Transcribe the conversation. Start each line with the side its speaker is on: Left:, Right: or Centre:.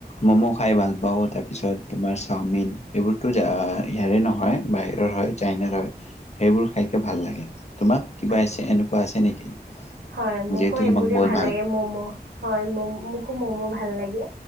Left: ম'ম' খাই ভাল পাওঁ তাৰপিছত তোমাৰ চাওমিন এইবোৰতো ইয়াৰে নহয়। বাহিৰৰ হয় চাইনাৰ হয়। সেইবোৰ খাইকে ভাল লাগে। তোমাক কিবা
Right: আচ্ছা
Left: আছে এনেকুৱা আছে নেকি।
Right: হয় মোকো
Left: যিহেতু তোমাক
Right: এইবোৰে
Left: বহুত
Right: ভাল লাগে মম' হয় মম মোকো মম'। ভাল লাগে।